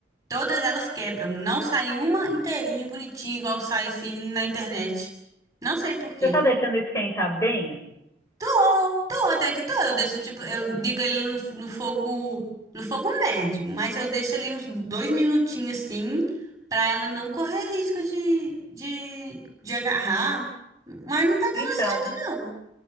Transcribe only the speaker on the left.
Você tá deixando esquentar bem?
Então,